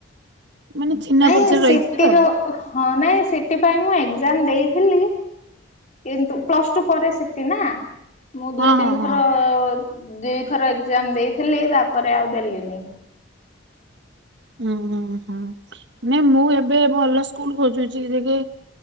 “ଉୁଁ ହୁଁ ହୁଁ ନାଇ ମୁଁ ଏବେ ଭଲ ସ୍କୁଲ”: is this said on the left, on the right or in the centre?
Right